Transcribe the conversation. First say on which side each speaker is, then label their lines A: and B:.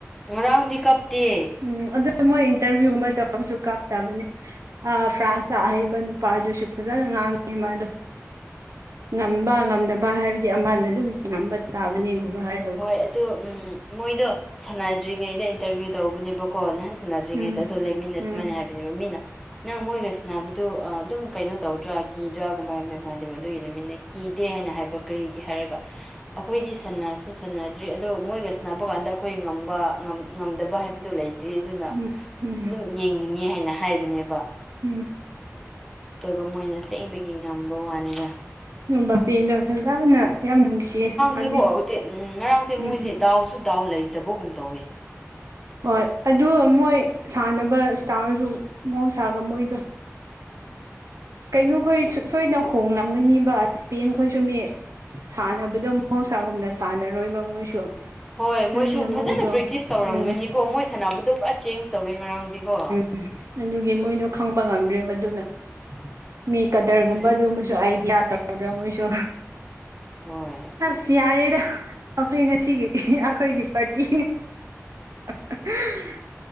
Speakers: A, in the centre; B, on the right.
A: ꯉꯔꯪꯗꯤ ꯀꯞꯇ꯫
B: ꯎꯝ ꯑꯗꯨ ꯃꯣꯏ ꯏꯟꯇꯔꯚꯤꯌꯨꯒꯨꯝꯕ ꯇꯧꯔꯁꯨ ꯀꯥꯞꯇꯕꯅꯦ꯫ ꯑ ꯐ꯭ꯔꯥꯟꯁꯇ ꯑꯍꯩꯕ ꯅꯨꯄꯥ ꯑꯗꯨꯁꯨ ꯐꯖꯅ ꯉꯥꯡꯉꯤ ꯃꯥꯗꯨ꯫ ꯉꯝꯕ ꯉꯝꯗꯕ ꯍꯥꯏꯕꯗꯤ ꯑꯃꯅ ꯑꯗꯨꯝ ꯉꯝꯕ ꯇꯥꯕꯅꯤꯒꯨꯝꯕ ꯍꯥꯏꯔ
A: ꯍꯣꯏ ꯑꯗꯨ ꯎꯝ ꯃꯣꯏꯗꯣ ꯁꯥꯟꯅꯗ꯭ꯔꯤꯉꯩꯗ ꯏꯟꯇꯚꯤꯌꯨ ꯇꯧꯕꯅꯦꯕꯀꯣ ꯅꯍꯥꯟ ꯁꯥꯟꯅ ꯇꯗ꯭ꯔꯤꯉꯩꯗ
B: ꯎꯝ
A: ꯑꯗꯨ ꯂꯦꯃꯤꯟꯅ
B: ꯎꯝ
A: ꯁꯨꯃꯥꯏꯅ ꯍꯥꯏꯕꯅꯦꯕ ꯃꯤꯅ ꯅꯪ ꯃꯣꯏꯒꯁꯅꯕꯗꯨ ꯑꯗꯨꯝ ꯀꯩꯅꯣ ꯇꯧꯗ꯭ꯔꯥ ꯀꯤꯗ꯭ꯔꯥꯒꯨꯝꯕ ꯍꯥꯏꯕꯅꯦ ꯍꯥꯏꯗꯕ ꯑꯗꯨꯒꯤꯃꯤꯠꯅ ꯀꯤꯗꯦ ꯍꯥꯏꯅ ꯍꯥꯏꯕ ꯀꯔꯤꯒꯤ ꯍꯥꯏꯔꯒ ꯑꯩꯈꯣꯏꯗꯤ ꯁꯅꯥ ꯆꯨꯁꯥꯟꯅꯗ꯭ꯔꯤ ꯑꯗꯣ ꯃꯣꯏꯒ ꯁꯥꯟꯅꯕ ꯀꯥꯟꯗ ꯑꯩꯈꯣꯏ ꯉꯝꯕ ꯉꯝꯗꯕ ꯍꯥꯏꯕꯗꯣ ꯂꯩꯇ꯭ꯔꯤ ꯑꯗꯨꯅ
B: ꯎꯝ ꯎꯝ
A: ꯑꯗꯨꯝ ꯌꯦꯡꯅꯤꯡꯉꯦ ꯍꯥꯏꯅ ꯍꯥꯏꯕꯅꯦꯕ꯫
B: ꯎꯝ꯫
A: ꯑꯗꯨꯒ ꯃꯣꯏꯅ ꯁꯦꯡꯕꯒꯤ ꯉꯝꯕ ꯋꯥꯅꯤꯗ꯫
B: ꯑꯦꯝ ꯕꯥꯄꯦꯗꯨ ꯐꯖꯅ ꯌꯥꯝ ꯅꯨꯡꯁꯤꯌꯦ꯫ ꯃꯥꯗꯤ
A: ꯁꯤꯀꯣ ꯎꯇꯦ ꯉꯔꯥꯡꯁꯦ
B: ꯎꯝ
A: ꯃꯣꯏꯁꯦ ꯗꯥꯎꯁꯨ ꯗꯥꯎ ꯂꯩꯇꯕꯒꯨꯝ ꯇꯧꯋꯦ꯫
B: ꯍꯣꯏ ꯑꯗꯨ ꯃꯣꯏ ꯁꯥꯟꯅꯕ ꯏꯁꯇꯥꯔꯁꯨ ꯃꯍꯧꯁꯥꯒ ꯃꯣꯏꯗꯣ꯫ ꯀꯩꯅꯣꯈꯣꯏ ꯁꯣꯏꯗꯅ ꯍꯣꯡꯂꯝꯒꯅꯤꯕ ꯏꯁꯄꯦꯟ ꯈꯣꯏ ꯁꯨ ꯃꯤ꯫ ꯁꯥꯟꯅꯕꯗꯣ ꯃꯍꯧꯁꯥꯒꯨꯝꯅ ꯁꯥꯟꯅꯔꯣꯏꯕ ꯃꯣꯏꯁꯨ꯫
A: ꯍꯣꯏ ꯃꯣꯏꯁꯨ
B: ꯑꯗꯨꯅ
A: ꯐꯖꯅ
B: ꯃꯣꯏꯗꯣ
A: ꯄ꯭ꯔꯦꯛꯇꯤꯁ ꯇꯧꯔꯝꯒꯅꯤꯀꯣ
B: ꯎꯝ
A: ꯃꯣꯏ ꯁꯅꯥꯕꯨꯗꯣ ꯄꯨꯔꯥ ꯆꯦꯟꯖ ꯇꯧꯋꯦ ꯉꯔꯥꯡꯗꯤꯀꯣ꯫
B: ꯎꯝ ꯑꯗꯨꯒꯤ ꯃꯣꯏꯗꯣ ꯈꯪꯕ ꯉꯝꯗ꯭ꯔꯦꯕ ꯑꯗꯨꯅ ꯃꯤ ꯀꯗꯔꯒꯨꯝꯕ
A: ꯎꯝ
B: ꯑꯗꯨꯕ ꯁꯨ ꯑꯥꯏꯗꯤꯌꯥ ꯇꯧꯗ꯭ꯔꯥ ꯃꯣꯏꯁꯨ꯫
A: ꯍꯣꯏ꯫
B: ꯑꯁ ꯌꯥꯔꯦꯗ ꯑꯩꯈꯣꯏ ꯉꯁꯤꯒꯤ ꯑꯩꯈꯣꯏꯒꯤ ꯄꯥꯔꯇꯤ꫰꫰ <unintelligible>